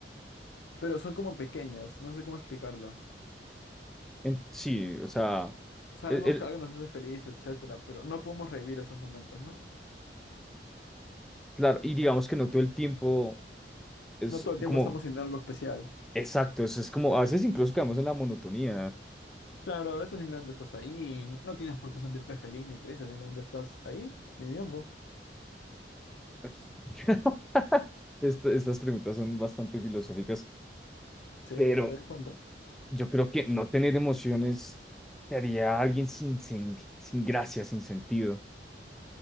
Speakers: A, on the left; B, in the centre.
A: pero son como pequeñas, no sé cómo explicarlo.
B: En- sí, o sea,
A: Sabemos
B: el, el-
A: que algo nos hace feliz, etcétera, pero no podemos revivir esos momentos, ¿no?
B: claro, y digamos que no todo el tiempo es
A: No todo el tiempo
B: como
A: estamos sintiendo algo especial.
B: Exacto, eso es como, a veces incluso quedamos en la monotonía.
A: Claro, a veces simplemente estás ahí y no tienes por qué sentirte feliz ni triste, simplemente estás ahí viviendo,
B: <laughs> Est- estas preguntas son bastante filosóficas,
A: sí,
B: pero
A: sin que te des cuenta.
B: yo creo que no tener emociones te haría a alguien sin, sin, sin gracia, sin sentido.